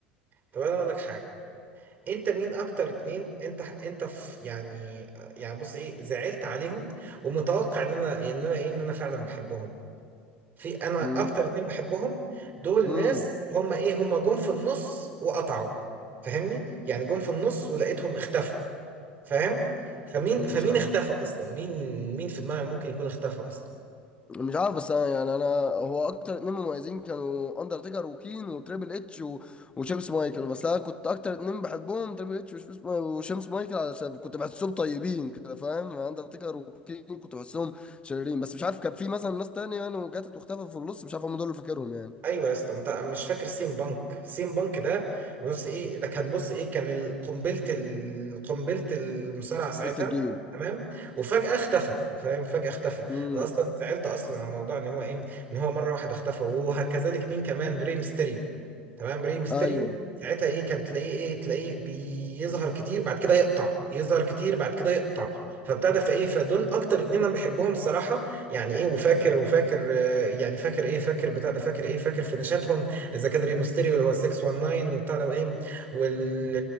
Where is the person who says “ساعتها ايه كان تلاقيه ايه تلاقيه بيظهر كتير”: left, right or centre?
Right